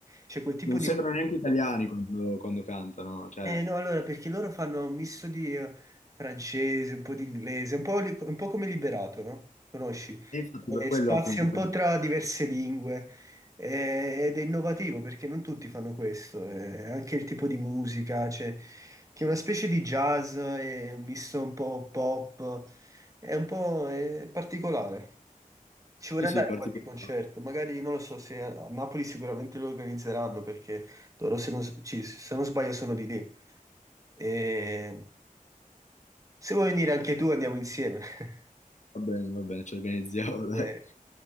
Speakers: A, on the right; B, on the left.
A: C'è quel tipo
B: non
A: di...
B: sembrano neanche italiani quando, quando cantano, cioè,
A: Eh no, allora, perché loro fanno un misto di eh, francese, un po' di inglese, un po', li- un po' come Liberato, no? Conosci?
B: e infatti
A: Eh,
B: per quello
A: spazia
B: appunto
A: un
B: penso.
A: po' tra diverse lingue eh, ed è innovativo perché non tutti fanno questo, eh, anche il tipo di musica, cioè, che è una specie di jazz, è un misto un po' pop, è un po' eh, particolare. Ci vorrei
B: Sì, sì,
A: andare
B: particolare.
A: a qualche concerto, magari non lo so se a a Napoli sicuramente lo organizzeranno perché loro se non, s- ci- se non sbaglio sono di lì. E se vuoi venire anche tu andiamo insieme. <laughs>
B: Va bene, va bene, ci organizziamo, <laughs>
A: Eh,
B: dai.